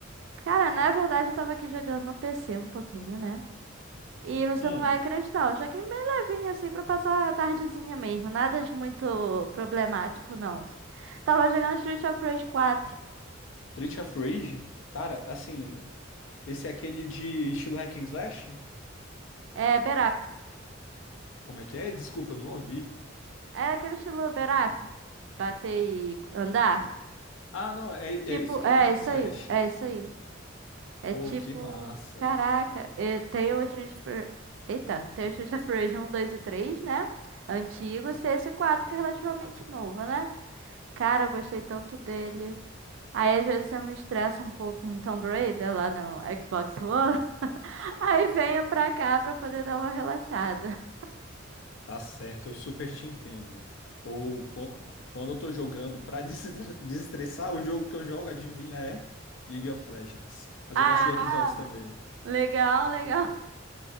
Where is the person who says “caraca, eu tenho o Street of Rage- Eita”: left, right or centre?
Right